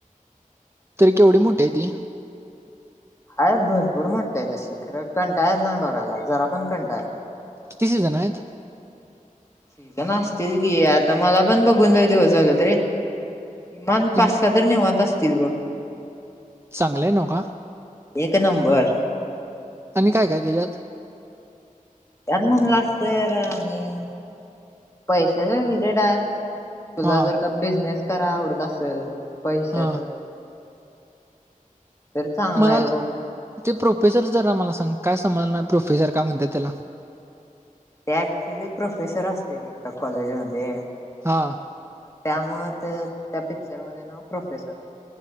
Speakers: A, on the right (about 20°); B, on the left (about 20°).
A: तररी केवढी मोठी आहे ती.
B: आहेय भरपूर मोठठी आहे तशी खरं कंटा येत ना बघायला जरा पण कंटा येत ना
A: किती जण आहेत?
B: शिजण असतील की आता मला पण बघून जाऊ दिवस झालं तरी एक किमान
A: तू
B: पाच सहा निवांत असतील बघ.
A: चांगलंय नव का
B: एक नंबर
A: आणि काय काय त्याच्यात.
B: त्यात म्हणलं असतर आणि पैशाच्या विषय काय तुला
A: हां,
B: जर का बिझनेस कराय आवडत असेल पैशाचा
A: हां.
B: तर चांगलाय
A: मला
B: बघ.
A: ते प्रोफेसर जरा मला सांग काय समजणार प्रोफेसर काय म्हणते त्याला
B: ते ऍक्च्युली प्रोफेसर असते रे एका कॉलेजमध्ये
A: हा.
B: ग त्यामुळे त्या पिक्चर मध्ये नाव प्रोफेसर आहे.